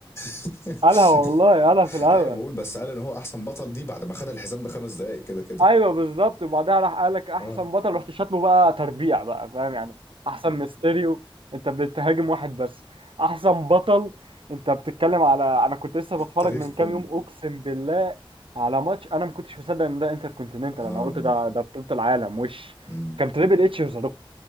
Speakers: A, on the left (about 30°); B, on the right (about 70°).
A: <laughs>
B: قالها والله قالها في الاول
A: ايوه بقول بس قال ان هو احسن بطل دي بعد ما خد الحزام بخمس دقايق كده كده
B: ايوه بالظبط وبعدها راح قال لك احسن
A: اه
B: بطل رحت شاتمه بقى تربيع بقى فاهم يعني احسن ميستيريو انت بتهاجم واحد بس احسن بطل انت بتتكلم على انا كنت لسه بتفرج
A: تاريخ
B: من
A: كله
B: كام يوم اقسم بالله على ماتش انا ما كنتش مصدق ان ده انتر كونتيننتال
A: اه
B: انا قلت ده ده بطولة العالم وش
A: امم
B: كان تريبل اتش وذا